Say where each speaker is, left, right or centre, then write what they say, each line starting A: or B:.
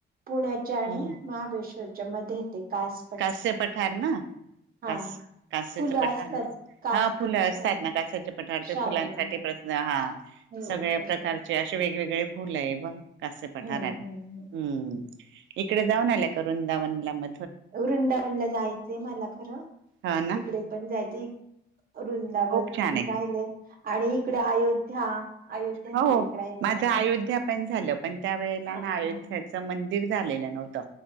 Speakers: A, on the right (about 45°); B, on the right (about 70°).
A: पुण्याच्या आणि
B: हम्म
A: महाबळेश्वरच्या मध्ये ते कास
B: कस्य पठार ना
A: हा
B: कास कस्याच
A: फुलं
B: पठार
A: असतात
B: ना
A: कासचे
B: हा फुलं
A: पठार
B: असतात ना कास्या पठार ते
A: श्रावण
B: फुलांसाठी
A: महिन्यात.
B: प्रसन हा
A: हम्म
B: सगळ्या
A: हम्म
B: प्रकारचे
A: हम्म.
B: असे वेगवेगळे फुल आहे बघ कस्य पठाराला
A: हम्म हम्म
B: हम्म इकडे जा करून जा म
A: वृंदावनला जायचंय मला खरं
B: हा ना
A: तिकडे पण जायचं वृंदावन
B: खूप छान आहे
A: राहिले आणि इकडे अयोध्या अयोध्याच
B: हो
A: एक राहिलं
B: माझ
A: माझं
B: अयोध्या पण झालं पण त्या वेळेला ना
A: अच्छा
B: अयोध्याचं मंदिर झालेलं नव्हतं